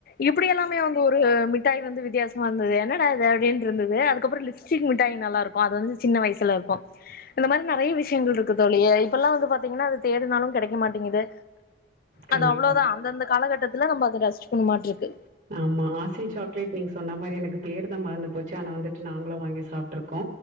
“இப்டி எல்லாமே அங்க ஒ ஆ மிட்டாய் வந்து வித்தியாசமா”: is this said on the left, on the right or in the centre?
Left